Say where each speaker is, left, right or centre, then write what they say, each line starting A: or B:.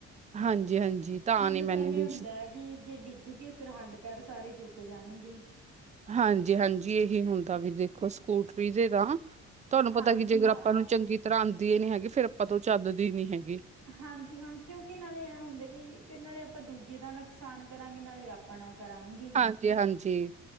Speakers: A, on the right (about 25°); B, on the right (about 80°).
A: ਹਾਂਜੀ-ਹਾਂਜੀ
B: ਮੈਨੂੰ
A: ਨੀ
B: ਤਾਂ
A: ਮੈਨੇ
B: ਐਵੇਂ
A: ਵੀ
B: ਹੁੰਦਾ ਹੈ ਵੀ, ਜੇ, ਡਿੱਗ ਗਏ ਫਿਰ, ਹੱਡ-ਪੈਰ ਸਾਰੇ ਟੁੱਟ ਜਾਣਗੇ।
A: ਹਾਂਜੀ-ਹਾਂਜੀ, ਇਹੀ ਹੁੰਦਾ ਵੀ ਦੇਖੋ ਸਕੂਟਰੀ ਦੇ ਦਾਂ ਤੁਹਾਨੂੰ ਪਤਾ
B: ਹਾਂਜੀ
A: ਕਿ ਜੇਕਰ
B: ਹਾਂ
A: ਆਪਾਂ ਨੂੰ ਚੰਗੀ ਤਰ੍ਹਾਂ ਆਉਂਦੀਏ ਨੀ ਹੈਗੀ, ਫੇਰ ਆਪਾਂ ਤੋਂ ਉਹ ਚੱਲਦੀ ਨੀ ਹੈਗੀ।
B: ਹਾਂਜੀ, ਹਾਂ, ਕਿਉਂਕੀ ਨਾਲੇ ਐ ਹੁੰਦੇ ਵੀ, ਫਿਰ ਨਾਲੇ ਆਪਾਂ ਦੂਜੇ ਦਾ ਨੁਕਸਾਨ ਕਰਾਂਗੇ, ਨਾਲੇ ਆਪ ਆਪਣਾ ਕਰਾਂਗੇ।
A: ਹਾਂਜੀ-ਹਾਂਜੀ।